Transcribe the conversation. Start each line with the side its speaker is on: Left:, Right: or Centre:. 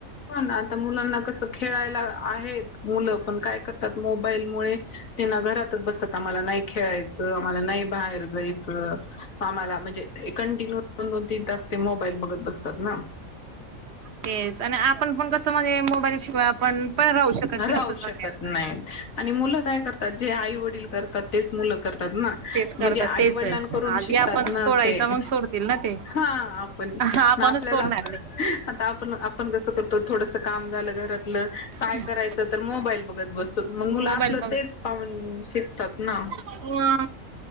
Left: हो ना आता मुलांना कसं खेळायला आहेत मुलं पण काय करतात मोबाईलमुळे- ते ना घरातच बसतात आम्हाला नाही- खेळायचं आम्हाला नाही बाहेर जायचं आम्हाला म्हणजे हे- कंटिन्यू दोन दोन तीन तास ते मोबाईल बघत बसतात ना.
Right: तेच आणि आपण पण कसं म्हणजे मोबाईल शिवाय आपण- पण राहू शकत
Left: राहू
Right: नाही असं झालंय
Left: शकत
Right: आता.
Left: नाहीत आणि मुलं काय करतात, जे आई वडील करतात. तेच मुलं करतात ना
Right: तेच
Left: म्हणजे
Right: करतात
Left: आई
Right: तेच
Left: वडिलां करून
Right: आधी
Left: शिकतात
Right: आपण
Left: ना
Right: सोडायच
Left: ते-
Right: मग सोडतील ना ते.
Left: हा आपण
Right: आपणच
Left: मग आपल्याला-
Right: सोडणार नाही
Left: आता आपण आपण जसं करतो थोडस काम झालं घरातलं-
Right: हम्म
Left: करायच तर मोबाईल बघत बसतात मग मुलं
Right: मोबाईल
Left: आपलं तेच पाहून शिकतात ना.
Right: हम्म